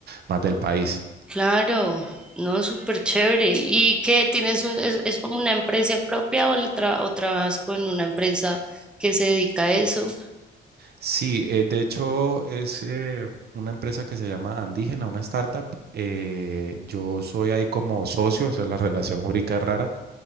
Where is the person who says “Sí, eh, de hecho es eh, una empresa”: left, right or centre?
Right